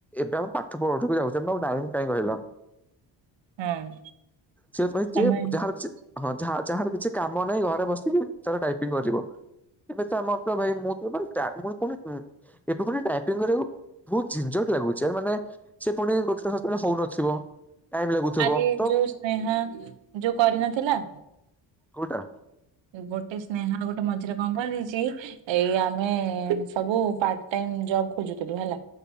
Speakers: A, in the centre; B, on the right.
A: ଏବେ ଆଉ ପାଠ ପଢ଼ାକୁ ଯାଉଛ ଆଉ ଟାଇମ୍ କାହିଁ କହିଲ।
B: ହଁ
A: ସେଥିପାଇଁ
B: ସମୟ
A: ଯେ
B: ନାହିଁ।
A: ଯାହାର ହଁ ଯେ ଯାହାର କିଛି କାମ ନାହିଁ ଘରେ ବସି ତା ଟାଇପିଙ୍ଗ କରିବ ଏବେ ତ ଆମର ଭାଇ ମୁଁ ତ ପୁଣି ଏବେ ଗୋଟେ ଟ୍ରାଇପିଙ୍ଗ କରିବାକୁ। ବହୁତ ଝିଂଝଟ ଲାଗୁଛି ଆ ମାନେ ସେ ପୁଣି ଗୋଟେ ସେତେବେଳେ ହଉନଥିବ। ଟାଇମ ଲାଗୁଥିବ
B: ଆରେ
A: ତ
B: ଯୋଉ ସ୍ନେହା ଯୋଉ କରିନଥିଲା।
A: କୋଉଟା।
B: ଗୋଟେ ସ୍ନେହା ଆଉ ଗୋଟେ ମଝିରେ କଣ କରିଦେଇଛି। ଏଇ ଆମେ ସବୁ ପାର୍ଟ ଟାଇମ୍ ଜବ ଖୋଜୁଥିଲୁ ହେଲା।